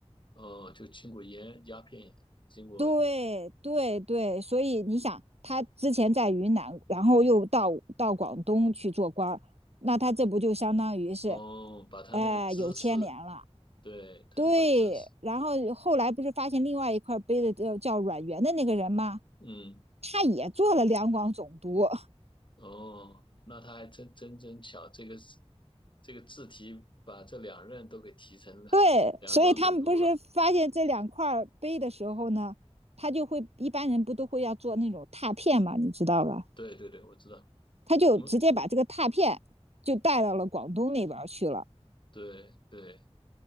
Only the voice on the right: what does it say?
对对对，所以你想，他之前在云南，然后又到到广东去做官儿，那他这不就相当于是，
哎、有牵连了。
对，然后后来不是发现另外一块碑的叫叫阮元的那个人吗？
他也做了两广总督。<laughs>
对，
所以他们不是发现这两块碑的时候呢，他就会一般人不都会要做那种拓片嘛，你知道吧？
他就直接把这个拓片就带到了广东那边去了。